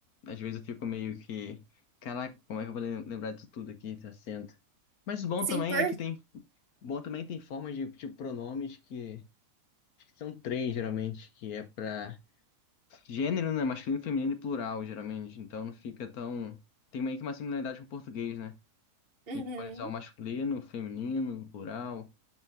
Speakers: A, on the left; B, on the right.
A: Às vezes eu fico meio que. Caraca, como é que eu vou lem- lembrar disso tudo aqui, esse acento? Mas o bom
B: Sim,
A: também
B: por...
A: é que tem. Bom também tem formas de, tipo, pronomes que. Acho que são três, geralmente, que é pra. Gênero, né? Masculino, feminino e plural, geralmente. Então não fica tão. Tem meio que uma similaridade com o português, né?
B: Uhum.
A: A gente pode usar o masculino, o feminino, o plural.